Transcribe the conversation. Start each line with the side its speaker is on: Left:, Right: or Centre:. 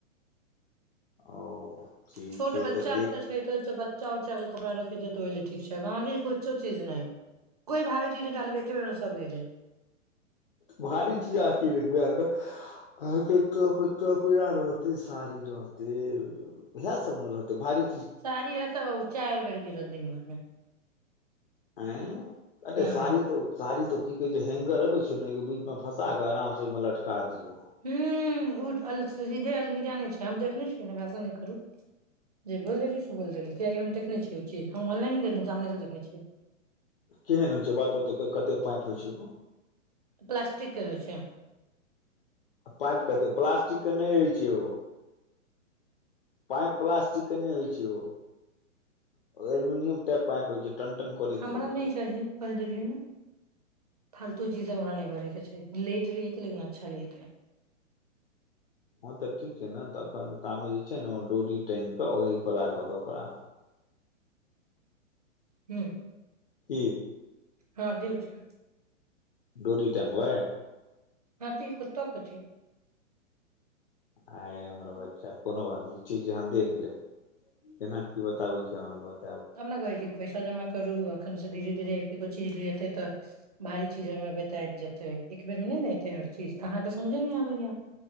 Left: ओ ठीक
Right: छोट
Left: छै
Right: बच्चा
Left: तऽ देख
Right: बच्चा छै त त ब्च चाउऊचा के कपड़ा रखे छै तऽ ओहिल ठीक छै अहाँ कुछो चीज नहि कोइ भारे चीज डालबै एके बेरमे सभ गेले
Left: भारी चीज अह की रखबे अहाँके अहके कपड़ा रहते साड़ी रहते इएह सब ने रहते भारीीज
Right: सारी रख ब उ चारि बेर गिर दिन भरमे
Left: आ अरे
Right: हँ
Left: सारी त सारी त की कहे छै हैंगर अबे छै ने ओ के बीच मे फसा के आराम से ओ मे लटका दियो
Right: ह्म्म ओल सीधे अलमीरा नहि छै हम देखने छियै नहि भाषण नहि करू जे बोल देली से बोल देली किियकि हम देखने छियै ओ चीज हम ऑनलाइन देख सामनेसँ देखने छियै
Left: केहन होइ छै बातो तऽ कतेक पाइपि होइ छै
Right: प्लासटिक के होइ छै
Left: आ पाइप कतेक प्लास्टिकके नहि रहै छै ओ पाइप प्लास्टिक के नहि होइ छै ओ एल्युमिनियम टाइप पाइप होइ छै टन टन करैत
Right: हमरा
Left: रहै
Right: नहि
Left: छै
Right: चाही कहि देलियै ने फालतू जी रा नहि भरके छै लेट ल जेतै लेकिन अच्छा लतै
Left: हँ तऽ ठीक छै ने तऽ एखन तामे जे छै ने ओ डोरी टाँगि कऽ ओहहिपर राखब कपड़ा
Right: ह्म
Left: की
Right: हँ डिव छै
Left: डोरि टंगबै
Right: हति कुतो कथी
Left: आइ हमर बच्चा कोनो बात नहि छै ठीक छै हम देख लेब केना की बताबै छी हमरा बता
Right: हमना कहै छी पैसा पैसा जमा करु अखन से धीरे धीरे एकगो चीज ले एते तऽ भारी चीज ह एबेत आब जेते एक बेेर मे ने एते हर चीज अहाँ के समझे न आबेया